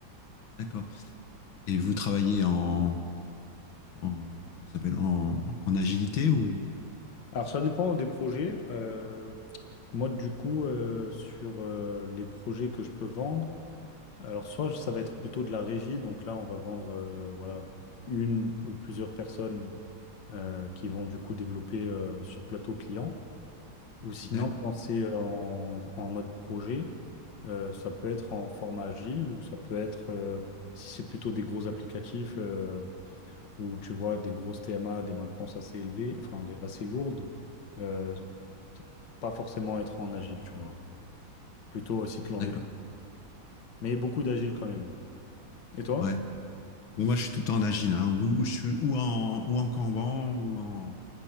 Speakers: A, on the left (about 90°); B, on the left (about 65°).
A: d'accord. Et vous travaillez en, en comment ça s'appelle, en, en agilité ou?
B: Alors, ça dépend des projets. Euh, moi, du coup, euh, sur euh, les projets que je peux vendre, alors soit ça va être plutôt de la régie, donc là, on va vendre euh, voilà, une ou plusieurs personnes euh, qui vont du coup développer euh, sur plateau client. Ou sinon,
A: D'accord,
B: quand c'est euh, en, en mode projet, euh, ça peut être en format agile ou ça peut être, euh, si c'est plutôt des gros applicatifs euh, où tu vois des grosses TMA, des maintenances assez élevées, enfin des- assez lourdes. euh, pas forcément être en agile, tu vois. Plutôt cycle
A: d'accord,
B: en V. quoi. Mais beaucoup d'agile quand même. Et toi?
A: ouais. Mais moi, je suis tout le temps en agile, hein, ou, ou je suis ou en ou en Kanban ou en